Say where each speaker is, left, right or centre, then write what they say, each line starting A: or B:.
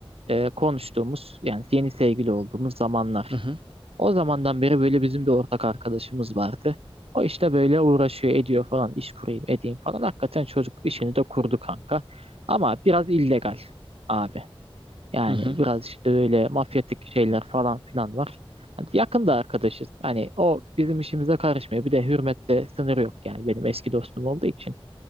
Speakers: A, on the right; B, on the right.
A: e, konuştuğumuz yani yeni sevgili olduğumuz zamanlar.
B: hı hı,
A: O zamandan beri böyle bizim bir ortak arkadaşımız vardı. O işte böyle uğraşıyor ediyor falan iş kurayım edeyim falan. Hakikaten çocuk işini de kurdu kanka. Ama biraz illegal abi. Yani
B: hı hı,
A: biraz işte böyle mafyatik şeyler falan filan var. Hani yakında arkadaşız. Hani o bizim işimize karışmıyor. Bir de hürmette sınır yok yani benim eski dostum olduğu için.